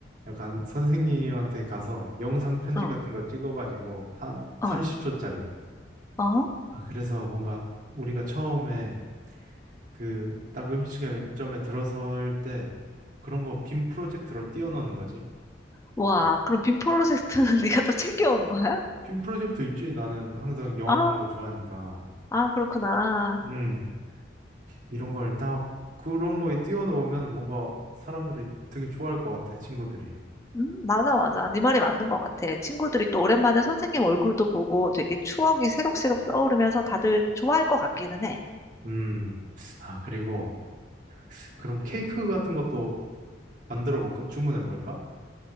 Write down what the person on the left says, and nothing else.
어,
어,
어?
와, 그럼 빔 프로젝트는 <laughs> 네가 또 챙겨오는 거야?
아,
아, 그렇구나.
음, 맞아, 맞아. 네 말이 맞는 것 같아. 친구들이 또 오랜만에 선생님 얼굴도 보고 되게 추억이 새록새록 떠오르면서 다들 좋아할 것 같기는 해.